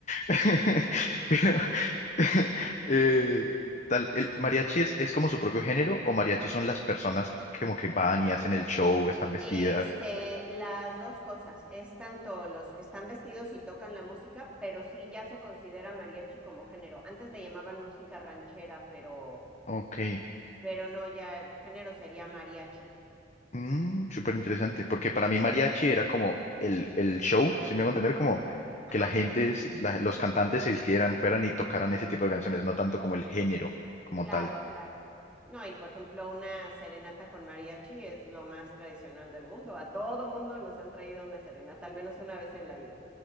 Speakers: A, on the left (about 40°); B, in the centre.
A: <laughs> Pero
B: <laughs>
A: <laughs> eh, tal, el mariachi es, es como su propio género o mariachi son las personas que como que van y hacen el show, están vestidas.
B: Este, las dos cosas, es tanto los que están vestidos y tocan la música, pero sí ya se considera mariachi como género. Antes le llamaban música ranchera, pero,
A: Ok,
B: pero no, ya el género sería mariachi.
A: mm, súper interesante, porque para mí mariachi era como el, el show, si me hago entender, como
B: Ajá,
A: que la gente, es- la- los cantantes se vistieran, fueran y tocaran ese tipo de canciones, no tanto como el género como
B: claro,
A: tal.
B: claro. No, y por ejemplo, una serenata con mariachi es lo más tradicional del mundo. A todo mundo nos han traído una serenata, al menos una vez en la vida.